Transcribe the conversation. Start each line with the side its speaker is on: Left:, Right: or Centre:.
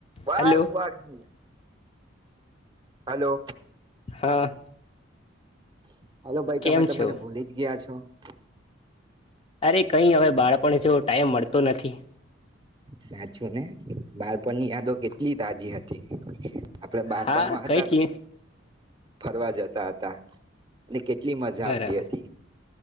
Right: બસ
Left: hello
Right: બાકી hello
Left: હા
Right: હ હેલો ભાઈ
Left: કેમ
Right: તમે તમને
Left: છો
Right: ભૂલી જ ગયા છો થ
Left: અરે કઈ હવે બાળપણ જોવ ટાઈમ મળતો નથી
Right: સાચું ને બાળપણની યાદો કેટલી તાજી હતી. આપડે બારપણમાં
Left: હા
Right: હતા
Left: કઈ ચી
Right: ફરવા જતા હતા. ને કેટલી મજા
Left: બરાબર
Right: આવતી હતી.